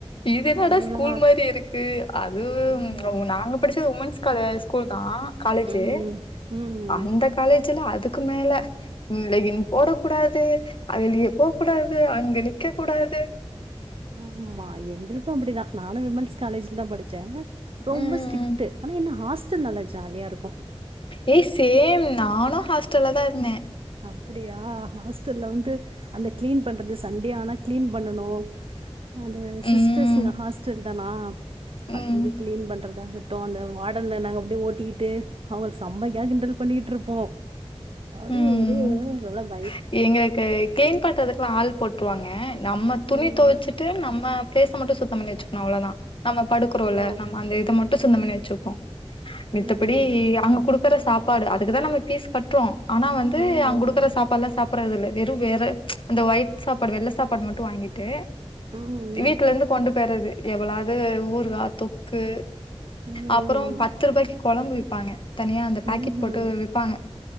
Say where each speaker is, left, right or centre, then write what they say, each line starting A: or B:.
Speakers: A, on the left (about 55°); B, on the right (about 60°).
A: இது என்னடா
B: அதுதா
A: ஸ்கூல் மாரி இருக்கு அது
B: ஆமா
A: நாங்க படிச்ச உமென்ஸ் கா ஸ்கூல் தா காலேஜு
B: ம் ம் ம்
A: அந்த காலேஜூல அதுக்கு மேல லெகின் போட கூடாது <unintelligible> போ கூடாது அங்க நிக்க கூடாது
B: ஆமா எங்ளுக்கு அப்டிதா நானு உமென்ஸ் காலேஜ்ல தா படி ச்சே ரொம்ப
A: ம்.
B: ஸ்ட்ரிக்ட்டு ஆனா என்ன ஹாஸ்ட் <unintelligible> நல்லா ஜாலியாருக்கு
A: ஏ சேம் நானு ஹாஸ்டல்ல தாருந்தே
B: அப்டியா ஹாஸ்டல்ல வந்து அந்த க்ளீன் பண்றது சண்டே ஆனா க்ளீன் பண்ணனு அது சிஸ்டர்ஸுங்க
A: ம்.
B: ஹாஸ்டல் தனா
A: ம்.
B: அந்து க்ளீன் பண் றதாகட்டு அந்த வாடன நாங்க அப்டியே ஓட்டிக்கிட்டு அவள் செமையா கிண்டல் பண்ணிட்ருப் போ ஆடியோ
A: ம்.
B: <unintelligible>
A: எங்களுக்கு க்ளீன் பண்றதுக்குல்லா ஆள் போட் டுவாங்க நம்ம துணி
B: ம்
A: தொவச்சிட்டு நம்ம பிளேஸ மட்டு சுத்தம் பண்ணி வச்சிக்கணு அவ்ளோதா நம்ம படுக்குறோல்ல
B: ஓ
A: நம்ம அந்த இத மட்டு சுத்தம் பண்ணி ச்சிருப்போ
B: ம்
A: மித்தப்படி அங்க குடுக்குற சாப் ப்பாடு அதுக்குதா நம்ம பீஸ் கட்றோ ஆனா வந்து
B: ம்
A: அங் குடுக்குற சாப்பாட்லா சாப்புட்றதில்ல வெறு வேற அந்த ஒயிட் சாப்பாடு வெள்ள சாப்பாடு மட்டு வாங்கிட்டு
B: ம்
A: வீட்ல
B: ம்
A: இருந்து கொண்டு போய்றது எவளாது ஊருகா தொக்கு
B: ம்
A: அப்பறோ பத்து ரூபாய்க்கு கொழம்பு விப்பாங்க தனியா அந்த பாக்கெட்
B: ம்
A: போட்டு
B: ம்
A: விப்பாங்க